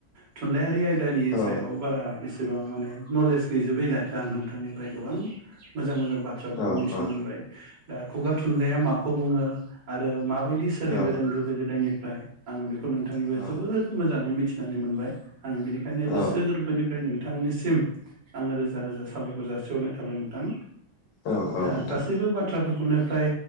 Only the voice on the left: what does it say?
औ
औ
औ
औ
औ
औ
औ औ
नोंथां